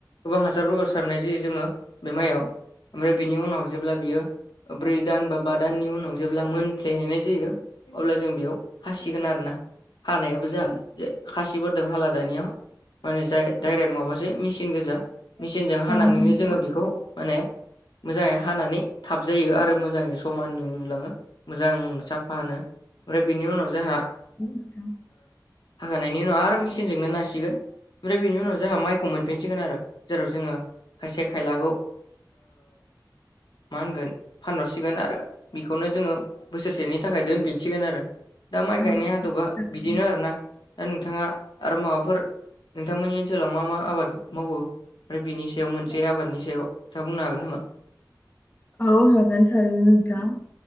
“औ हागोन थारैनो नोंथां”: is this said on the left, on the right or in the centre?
Left